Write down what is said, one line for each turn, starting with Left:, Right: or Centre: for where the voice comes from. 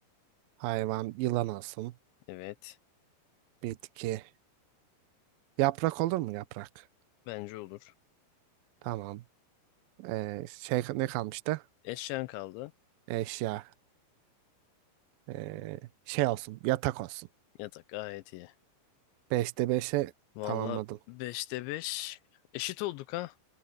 Right: Hayvan yılan olsun.
Left: Evet.
Right: Bitki. Yaprak olur mu yaprak?
Left: Bence olur.
Right: Tamam. Eee, şey ne kalmıştı?
Left: Eşyan kaldı.
Right: Eşya. Eee, şey olsun yatak olsun.
Left: Yatak gayet iyi.
Right: Beşte beşe
Left: Valla
Right: tamamladım.
Left: beşte 5 eşit olduk ha.